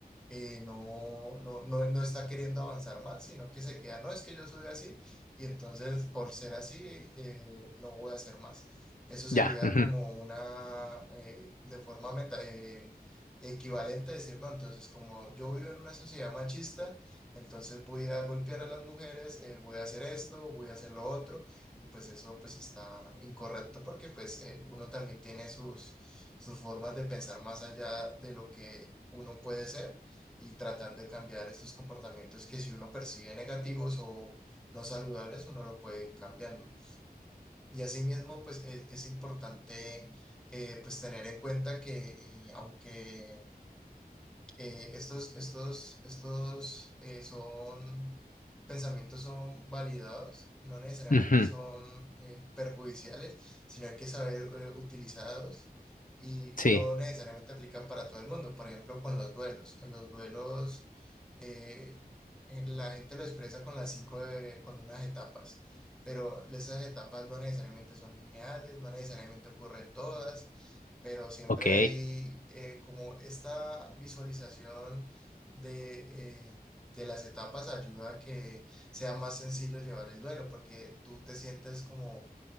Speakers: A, in the centre; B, on the left.
A: eh, no, no, no, no está queriendo avanzar más, sino que se queda, no, es que yo soy así y entonces por ser así eh, no voy a hacer más. Eso sería
B: Ya. ujú,
A: como una, eh, de forma meta, eh, equivalente a decir, no, entonces como yo vivo en una sociedad machista, entonces voy a golpear a las mujeres, eh, voy a hacer esto, voy a hacer lo otro, y pues eso pues está incorrecto porque pues eh, uno también tiene sus, sus formas de pensar más allá de lo que uno puede ser y tratar de cambiar estos comportamientos que si uno percibe negativos o no saludables, uno lo puede ir cambiando. Y asimismo, pues e- es, importante eh, pues tener en cuenta que eh, aunque eh, estos, estos, estos eh, son pensamientos son validados, no necesariamente
B: ujú,
A: son eh, perjudiciales, sino hay que saber eh, utilizarlos y
B: Sí,
A: no necesariamente aplican para todo el mundo. Por ejemplo, con los duelos. En los duelos eh, eh, la gente lo expresa con las cinco de- con unas etapas. Pero esas etapas no necesariamente son lineales, no necesariamente ocurren todas pero siempre
B: ok.
A: hay eh, como esta visualización de, eh, de las etapas ayuda a que sea más sencillo llevar el duelo, porque tú te sientes como